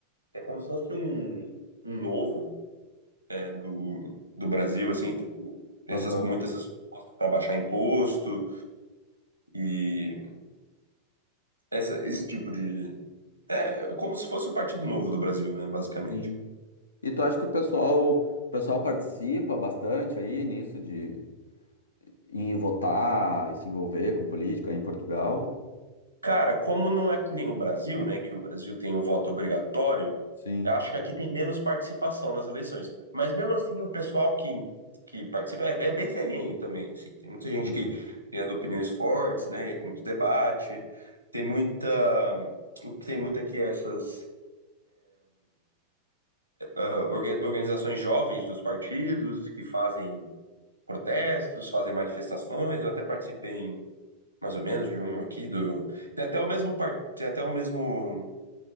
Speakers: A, on the right; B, on the left.
A: que é como se fosse um, um novo. né, do, do Brasil, assim, tipo, tem
B: Aham.
A: essas, muitas essas propostas para baixar imposto e essa, esse tipo de. É como se fosse o Partido Novo do Brasil, né, basicamente.
B: Sim. E tu acha que o pessoal, o pessoal participa bastante aí nisso de ir votar e se envolver com política em Portugal?
A: Cara, como não é que nem o Brasil, né, que o Brasil tem o voto obrigatório,
B: Sim,
A: eu acho que aqui tem menos participação nas eleições. Mas mesmo assim, o pessoal que, que participa é, é bem ferrenho também, assim. Tem muita gente
B: sim,
A: que tem as opiniões fortes, né, tem muito debate, tem muita. O que tem muito aqui é essas ah, orga- organizações jovens dos partidos que fazem protestos, fazem manifestações. Eu até participei em, mais ou menos de um aqui do. Tem até o mesmo par... tem até o mesmo